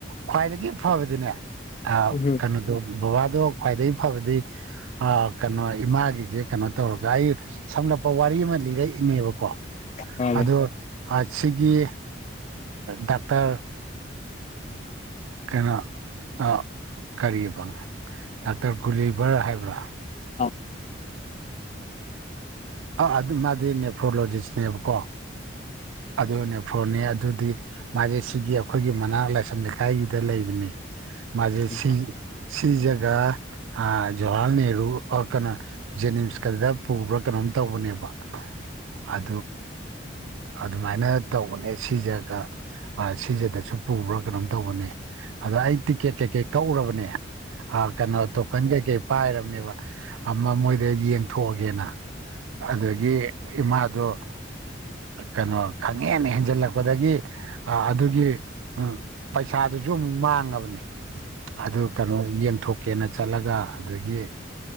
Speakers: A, on the right; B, on the left.
A: ꯈ꯭ꯋꯥꯏꯗꯒꯤ ꯐꯕꯗꯤꯅꯦ
B: ꯎꯝ
A: ꯀꯩꯅꯣꯗꯣ ꯕꯕꯥꯗꯣ ꯈ꯭ꯋꯥꯏꯗꯒꯤ ꯐꯕꯗꯤ ꯀꯩꯅꯣ ꯏꯃꯥꯒꯤꯁꯦ ꯀꯩꯅꯣ ꯇꯧꯔꯒ ꯑꯩ ꯁꯝꯂꯞ ꯋꯥꯔꯤ ꯑꯃ ꯂꯤꯔꯛꯏꯅꯦꯕꯀꯣ
B: ꯃꯥꯅꯦ
A: ꯑꯗꯣ ꯁꯤꯒꯤ ꯗꯥꯛꯇꯔ ꯀꯩꯅ ꯑ ꯀꯔꯤꯌꯦꯕ ꯗꯥꯛꯇꯔ ꯒꯨꯂꯤꯚꯔ ꯍꯥꯏꯕ꯭ꯔꯥ
B: ꯑꯣ
A: ꯑ ꯑꯗꯨ ꯃꯥꯗꯤ ꯅꯦꯐ꯭ꯔꯣꯂꯣꯖꯤꯁꯅꯦꯕꯀꯣ ꯑꯗꯨ ꯐꯣꯔꯅꯦ ꯑꯗꯨꯗꯤ ꯃꯥꯁꯦ ꯁꯤꯒꯤ ꯑꯩꯈꯣꯏꯒꯤ ꯃꯅꯥꯛ ꯂꯥꯏꯁꯝ ꯂꯩꯀꯥꯏꯒꯤꯗ ꯂꯩꯕꯅꯦ ꯃꯥꯒꯤꯦ ꯁꯤ
B: ꯑꯣ ꯑꯣ ꯎꯝ
A: ꯁꯤꯖꯒꯥ ꯑ ꯖꯋꯥꯍꯔꯂꯥꯜ ꯅꯦꯍꯔꯨ ꯑꯣ ꯀꯅ ꯖꯅꯤꯝꯁ ꯀꯗ ꯄꯨ ꯀꯅ ꯇꯧꯕꯅꯦꯕ ꯑ ꯑꯗꯨꯃꯥꯏꯅ ꯇꯧꯕꯅꯦ ꯁꯤꯖꯒ ꯁꯤꯖꯗꯁꯨ ꯄꯨꯕ꯭ꯔꯥ ꯀꯩꯅꯣꯝ ꯇꯧꯕꯅꯤ ꯑꯗꯣ ꯑꯩ ꯇꯤꯀꯦꯠ ꯀꯩꯀꯩ ꯀꯛꯎꯔꯕꯅꯦ ꯀꯩꯅꯣ ꯇꯣꯀꯟ ꯀꯩꯀꯩ ꯄꯥꯏꯔꯕꯅꯦꯕ ꯑꯃ ꯃꯣꯏꯗ ꯌꯦꯡꯊꯣꯛꯑꯒꯦꯅ ꯑꯗꯨꯗꯒꯤ ꯏꯃꯥꯗꯣ ꯀꯩꯅꯣ ꯈꯪꯍꯦꯅ ꯍꯦꯟꯖꯜꯂꯛꯄꯗꯒꯤ ꯑꯗꯨꯒꯤ ꯄꯩꯁꯥꯗꯨꯁꯨ ꯑꯃꯨꯛ ꯃꯥꯡꯉꯕꯅꯤ ꯑꯗꯨ ꯀꯩꯅꯣ ꯌꯦꯡꯊꯣꯛ ꯀꯦꯅ ꯆꯠꯂꯒ ꯑꯗꯒꯤ